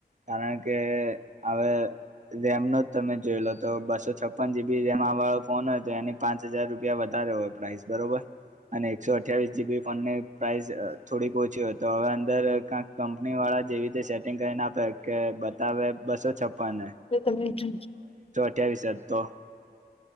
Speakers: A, on the right; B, on the left.
A: કારણ કે હવે રેમનો જ તમે જોયેલો તો બસો છપ્પન જીબી રેમ વાળો ફોન હોય તો એની પાંચ હજાર રૂપિયા વધારે હોય પ્રાઇસ બરોબર અને એકસો અઠ્યાવીસ જીબી ફોનની પ્રાઇસ થોડીક ઓછી હોય તો હવે અંદર કંક કંપની વાળા જેવી રીતે સેટિંગ કરીને આપે કે બતાવે બસો છપ્પનને
B: તો તમે જો
A: અ્યા વિસ તો